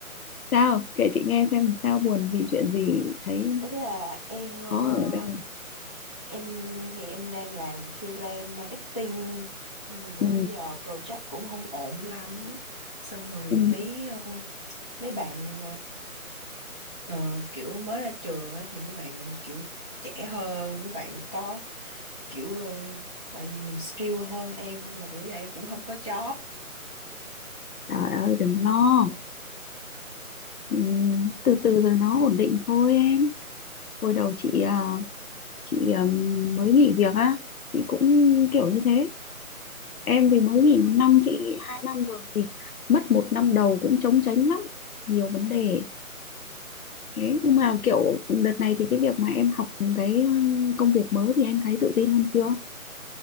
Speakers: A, on the left; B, on the left.
A: sao kể chị nghe xem sao buồn vì chuyện gì thấy
B: Ý là em
A: khó
B: ờ,
A: ở đâu
B: em thì em đang làm freelance marketing nhưng mà bữa
A: ừ,
B: giờ project cũng không ổn lắm xong rồi
A: ừ.
B: mấy ờ, mấy bạn Ờ, kiểu mới ra trường á, thì mấy bạn kiểu trẻ hơn mấy bạn có kiểu ờ, lại nhiều skill hơn em nên là bữa giờ em cũng không có job
A: Trời ơi đừng lo ừ, từ từ rồi nó ổn định thôi em hồi đầu chị à, chị à, mới nghỉ việc á chị cũng kiểu như thế em thì mới nghỉ một năm chị nghỉ hai năm rồi thì mất một năm đầu cũng trống tránh lắm nhiều vấn đề thế nhưng mà kiểu đợt này thì cái việc mà em học cái ừ, công việc mới thì em thấy tự tin hơn chưa